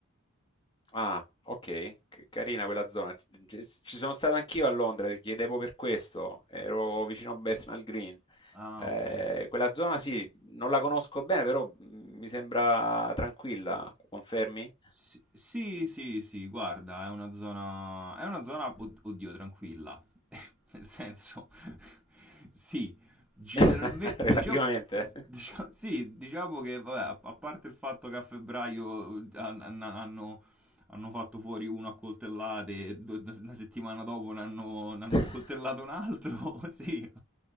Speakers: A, on the left (about 20°); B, in the centre.
A: Ah, ok, c- carina quella zona. Ci ci sono stato anch'io a Londra, ti chiedevo per questo. Ero vicino a Bethnal Green.
B: Ah,
A: Eh,
B: ok.
A: quella zona sì, non la conosco bene, però mm, mi sembra tranquilla, confermi?
B: Sì, sì, sì, sì, guarda, è una zona, è una zona, od- oddio, tranquilla. <laughs> Nel senso, <laughs> sì, generalmente,
A: <laughs> Relativamente.
B: diciamo, <laughs> diciamo- sì, diciamo che, vabbè, a a parte il fatto che a febbraio eh, han- han- hanno hanno fatto fuori uno a coltellate e do- una settimana dopo ne hanno, ne hanno
A: <laughs>
B: accoltellato un altro, <laughs> sì.